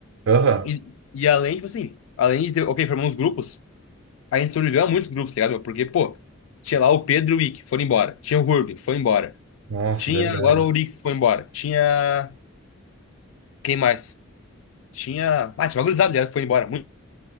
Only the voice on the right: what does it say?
Aham.
Nossa,
verdade.